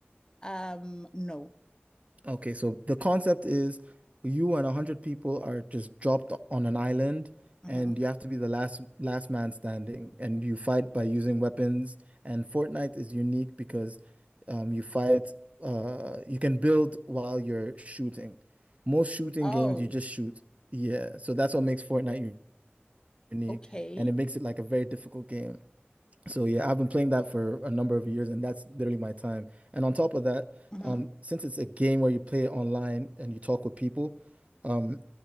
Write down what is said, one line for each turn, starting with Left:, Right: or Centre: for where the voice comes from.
Left: Um, no.
Right: Okay, so the concept is you and a hundred people are just dropped on an island,
Left: hmm
Right: and you have to be the last last man standing, and you fight by using weapons. And Fortnite is unique because um, you fight. Uh, you can build while you're shooting. Most shooting
Left: Oh,
Right: games, you just shoot. Yeah, so that's what makes Fortnite u- unique,
Left: okay.
Right: and it makes it like a very difficult game. So yeah, I've been playing that for a number of years, and that's literally my time. And on top of that,
Left: hmm
Right: um, since it's a game where you play it online and you talk with people, um,